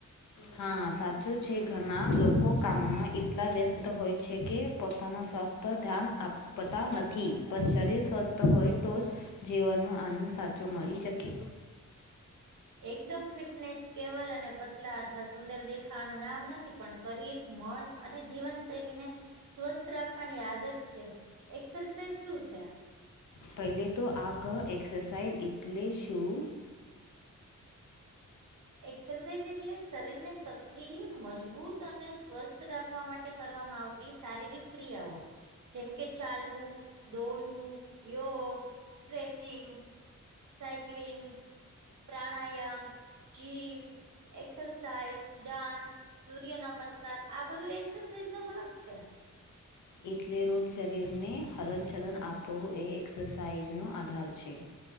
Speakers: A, on the left (about 70°); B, on the right (about 65°).
A: હા સાચું છે ઘણા લોકો કામમાં એટલા વ્યસ્ત હોય છે કે પોતાના સ્વાસ્થ્ય પર ધ્યાન આપતા નથી પણ શરીર સ્વસ્થ હોય તો જ જીવનનો આનંદ સાચો મળી શકે.
B: એકદમ ફિટનેસ કેવલ અને પતલા અથવા સુંદર દેખાવાનું નામ નથી પણ શરીર મન અને જીવનશૈલીને સ્વસ્થ રાખવાની આદત છે. એક્સરસાઇઝ શું છે.
A: પહેલે તો આ કહા એક્સરસાઇઝ એટલે શું.
B: એક્સરસાઇઝ એટલે શરીરને સક્રિય મજબૂત અને સ્વસ્થ રાખ ખવા માટે કરવામાં આવતી શારીરિક ક્રિયાઓ જેમકે ચાલવું દોડવું યોગ સ્ટ્રેચિંગ સાઈક્લિંગ પ્રાણાયામ જીમ એક્સરસાઇઝ ડાન્સ સૂર્ય નમસ્કાર આ બધું એક્સરસાઇઝ નો ભાગ છે.
A: ઇટલે રોજ શરીરને હલનચલન આપવું એ એક્સરસાઇઝનો આધાર છે.